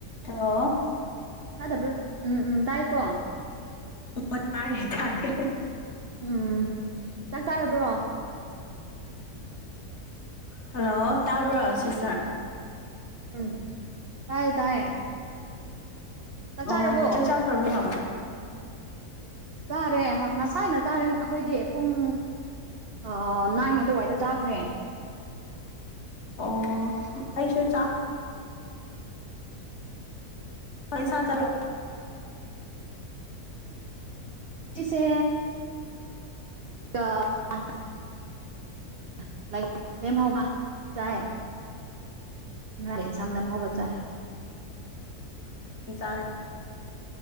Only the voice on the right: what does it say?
ꯇꯥꯗꯕ꯭ꯔꯣ ꯎꯝ ꯎꯝ ꯇꯥꯏꯌꯦꯀꯣ
ꯎꯝ ꯆꯥꯛ ꯆꯥꯔꯕ꯭ꯔꯣ
ꯎꯝ ꯇꯥꯏꯌꯦ ꯇꯥꯏꯌꯦ ꯆꯥꯛ
ꯆꯥꯔꯕꯣ
ꯆꯥꯔꯦ ꯉꯁꯥꯏꯅ ꯆꯥꯔꯦ ꯑꯩꯈꯣꯏꯗꯤ ꯄꯨꯡ ꯑ ꯅꯥꯏꯉ ꯑꯗꯨꯋꯥꯏꯗ ꯆꯥꯈ꯭ꯔꯦ
ꯆꯤꯆꯦ <unintelligible> ꯆꯥꯏ ꯉꯥ ꯑꯦꯟꯁꯥꯡ ꯂꯦꯝ ꯍꯧꯕ ꯆꯥꯏ